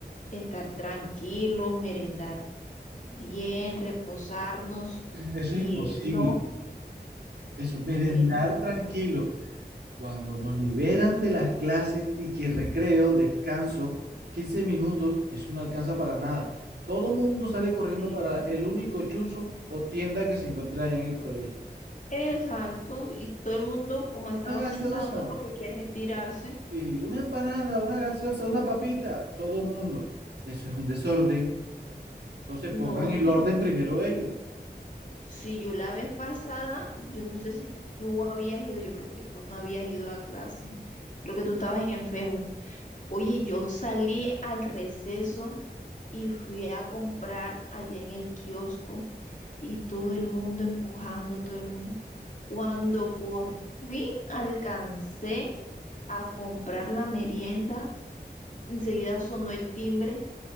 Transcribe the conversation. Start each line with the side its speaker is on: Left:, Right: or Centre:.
Left: estar tranquilos, merendar bien, reposarnos
Right: eso
Left: y
Right: es imposible.
Left: él no,
Right: Eso, merendar
Left: él,
Right: tranquilo. Cuando nos liberan de las clases y que recreo, descanso, 15 minutos, eso no alcanza para nada. Todo mundo sale corriendo
Left: sí.
Right: para el único chuzo o tienda que se encuentra allá en el colegio.
Left: Exacto, y todo el mundo como ha estado
Right: Una gaseosa,
Left: sentado lo que quiere es tirarse.
Right: y una empanada, una gaseosa, una papita, todo mundo. Eso es un desorden. Entonces pongan
Left: No,
Right: el
Left: sí,
Right: orden primero ellos.
Left: si yo la vez pasada, yo no sé si tú habías ido, yo creo que tú no habías ido a clase, creo que tú estabas enfermo. Oye, yo salí al receso y fui a comprar allá en el kiosco y todo el mundo empujando, todo el mundo. Cuando por fin alcancé a comprar la merienda, enseguida sonó el timbre